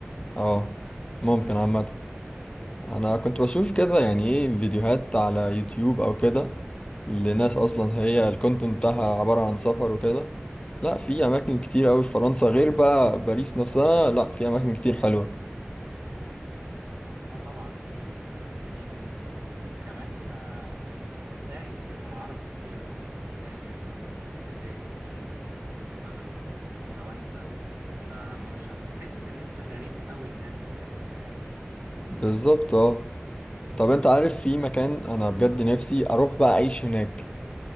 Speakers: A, on the left (about 25°); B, on the right (about 80°).
A: اه ممكن عامة انا كنت بشوف كده يعني ايه فيديوهات على يوتيوب او كده لناس اصلا هي الكونتنت بتاعها عبارة عن سفر وكده لا في اماكن كتير قوي في فرنسا غير بقى باريس نفسها لا في اماكن كتير حلوة
B: اه طبعا باريس آه، جميلة جدا وكمان آه، هتلاقي فيهم عرب كتير قوي هتلاقي ناس من الجزائر كتير وناس من المغرب وتوانسة فمش هتحس ان انت غريب قوي هناك في فرنسا يعني
A: بالظبط اه طب انت عارف في مكان انا بجد نفسي اروح بقى اعيش هناك